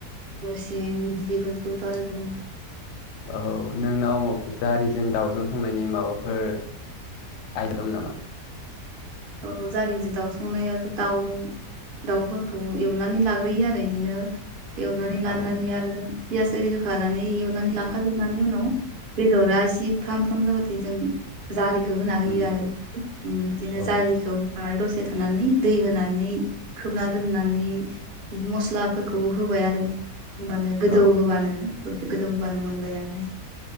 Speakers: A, on the right; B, on the left.
A: नोरसिं बेफोरखौथ' आरोजों
B: औव नोंनाव जारिजों दाउजों संनायनि माबाफोर आइन दं नामा।
A: औव जारिजों दाउ संनायाथ' दाउ दाउफोरखौ एवनानै लाग्रोयो आरो बिदिनो एवनानै लानानै
B: औ
A: आरो पियास ओरि होखानानै एवनानै लाखा जोबनानि उनाव। बेदरा एसे फ्राम फ्राम जाबाथाय जों जारि। होना होयो
B: उम
A: आरो बिदिनो
B: औ
A: जारिखौ। दसे थानानै दै होनानै खोबना दोननानै मस्लाफोरखौ होबाय। होबाय आरो होमबानो गोदौ
B: औ
A: होबानो दसे गोदौ होबानो मोनबाय आरो।